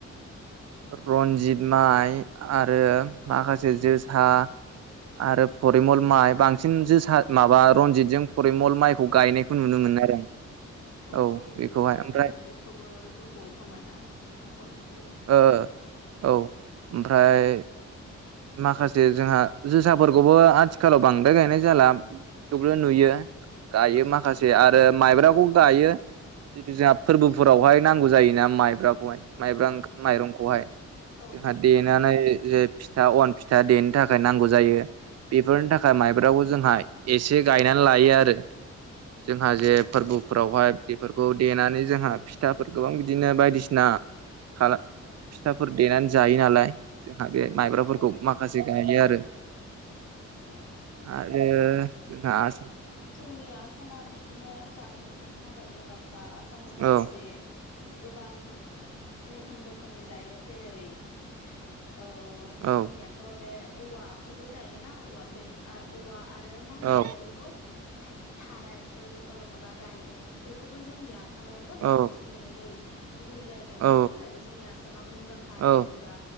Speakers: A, on the right; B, on the left.
A: रनजित माइ आरो
B: औ
A: माखासे जो सा आरो फरिमल माइ बांसिन जोसा माबा रनजितजों परिमल माइखौ
B: औ
A: गायनायखौ नुनो
B: औ
A: मोनो आरो
B: बंग'
A: औ
B: बिन्दु
A: बेखौहाय
B: ना मा
A: ओमफ्राय
B: होनो बेखौबो दंबावोखोमा ना बंग'बिन्दु
A: ओ औ ओमफ्राय माखासे जोंहा जोसाफोरखौबो आथिखालाव बांद्राय गायनाय जाला। थेवबो नुयो गाइयो माखासे आरो माइब्राखौ
B: औ
A: गायो
B: औ
A: जितु जोंहा फोरबोफोरावहाय नांगौ जायोना माइब्राखौहाय माइब्रा माइरंखौहाय
B: औ
A: जोंहा देनानै जे फिथा अन फिथा देनो थाखाय नांगौ जायो। बेफोरनि थाखाय माइब्राखौ जोंहा एसे गायनानै लायो आरो। जोंहा जे
B: उम
A: फोरबोफोरावहाय बेफोरखौ देनानै जोंहा फिथाफोर गोबां बिदिनो बायदिसिना खाला फिथाफोर देनानै जायो नालाय जोंहा बे माइब्राफोरखौ
B: औ औ
A: माखासे गाइयो आरो
B: औ
A: आरो जोंहा आ
B: जोंनि आसामा बिदिनो जानाय-लोंनायनि थाखाय मुंदांखा। आसामाव माखासे
A: औ
B: गोबां रोखोम-रोखोमनि जायो जेरै- ओ जोंनियाथ'
A: औ
B: बे औवाखौबो जायोना औवा बे आ औवा आरो मा होनोमोनलाय
A: औ
B: बेखौ थाराय माबा रायदों बेखौबो जोंनिया आ सामावनो बांसिन
A: औ
B: मोननाय जायो गुबुन जायगायाव
A: औ
B: बेनि थाखायबो जोंनि आसा मा मुंदांखा आरो।
A: औ
B: जेनेबा